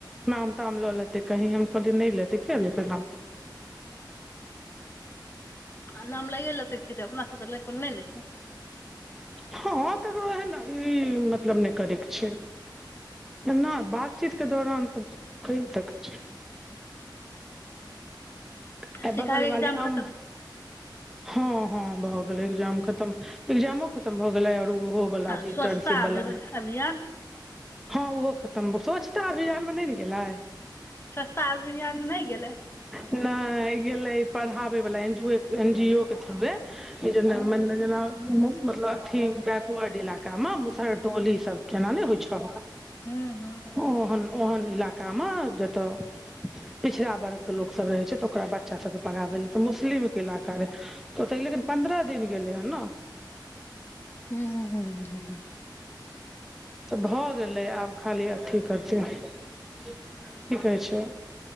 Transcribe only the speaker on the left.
आ नाम लइए लेतै तऽ कि हेते अपना सब कोनो नहि लैछी
शिखा
के एग्जाम
खतम
आ स्वच्छता
अभियान
सस्ता आ बिरयानि नहि गेलै
हूँ
हूँ
हूँ हूँ हूँ
हू हु हू हू हू